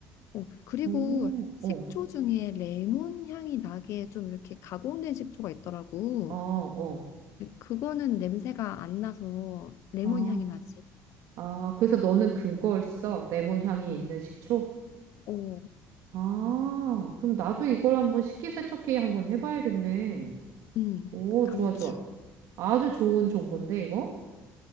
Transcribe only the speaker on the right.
오,
어,
어, 어.
아,
아, 그래서 너는 그걸 써. 레몬 향이 있는 식초?
아, 그럼 나도 이걸 한번 식기세척기에 한번 해봐야겠네.
오,
좋아, 좋아. 아주 좋은 정보인데, 이거?